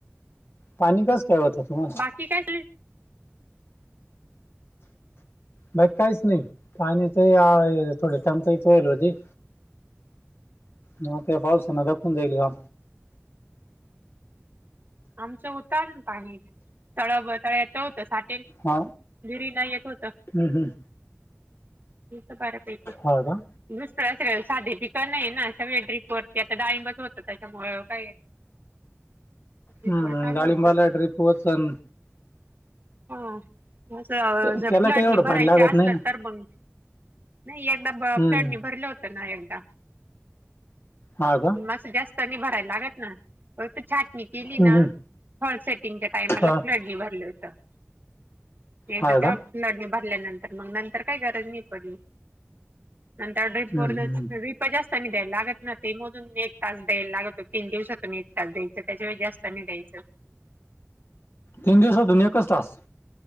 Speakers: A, on the left (about 55°); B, on the right (about 45°).
A: पाणी काच काळवतं तुम्हाला
B: ठी काय
A: बाग काहीच नाही ते थोडे टाम तर इथ वईल होती म ते पावसना दखून जाईल का
B: आमचं होत ना पाणी तळब तळ यच होतं साठेल
A: हा
B: विहिरीला येत होत
A: हम्म हम्म
B: तस बारा पैकी
A: हा का
B: दुसळ असे साधे पिक नाही ना अग वळ ड्रिपवरती आता डाईंबच होतं त्याच्यामुळ काय ड्रीप
A: हम्म
B: वर चालू
A: गाळिंबाला
B: होतं
A: ट्रिप वचन
B: ह असं
A: त्याला
B: फ्लड
A: काही एवढं
B: नि भरायचे
A: पाणी लागत
B: असल
A: नाही ना
B: तर मंग नाही एकदा ब
A: हम्म
B: फ्लडनी भरलं होतं ना एकदा
A: ह का
B: म जास्त भरायला लागत ना छ केली
A: हम्म
B: ना
A: हम्म.
B: हॉल सेटिंगच्या टाइमला
A: हा
B: फ्ली भरलं होतं एकदा
A: हा
B: तेव्हा
A: का
B: लढणी भरल्यानंतर मग नंतर काही गरज नाही पडली नंतर ड्रीप
A: हम्म
B: व
A: हम्म
B: जास्तनी द्यायला लागत ना ते मधून एक तास द्यायला लागतो तीन दिवसात काल द्यायं त्याच्या वे जास्त नाही्यायं
A: तीन दिवस होतून एकच तास